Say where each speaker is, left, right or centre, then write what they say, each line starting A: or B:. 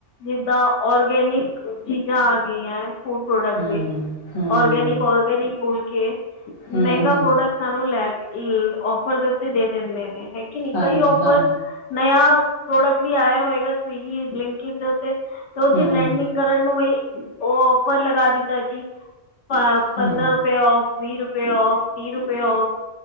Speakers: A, on the left (about 75°); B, on the left (about 30°).
A: ਜਿੱਦਾਂ ਔਰਗੈਨਿਕ ਚੀਜ਼ਾਂ ਆ ਗਈਆਂ ਹੈ ਫੂਡ ਪ੍ਰੋਡਕਟ
B: ਹਮ
A: ਵਿੱਚ
B: ਹਮ
A: ਔਰਗੈਨਿਕ ਔਰਗੈਨਿਕ ਬੂਲ ਮਹਿੰਗਾ
B: ਹਮ ਹਮ
A: ਪ੍ਰੋਡਕਟ ਸਾਨੂੰ ਲੈ ਆੱਫਰ ਦੇ ਉਤੇ ਦੇ ਦਿੰਦੇ ਨੇ ਨਹੀਂ
B: ਹਾਂਜੀ
A: ਕਈ ਔਫਰ
B: ਹਾਂ
A: ਨਯ ਪ੍ਰੋਡਕਟ ਵੀ ਆਇਆ ਹੋਏਗਾ ਸਵੀਗੀ ਬਲਿੰਕਿਟ ਤੇ ਉਸਦੀ
B: ਹਮ
A: ਬ੍ਰੈਂਡਿੰਗ ਕਰਨ ਨੂੰ ਬਈ ਉਹ ਔਫਰ ਲਗਾ ਦਿੱਤਾ ਜੀ ਪੰਦਰਾਂ
B: ਹਮ
A: ਰੁਪਏ ਔਫ ਵੀਹ ਰੁਪਏ ਔਫ ਤੀਹ ਰੁਪਏ ਔਫ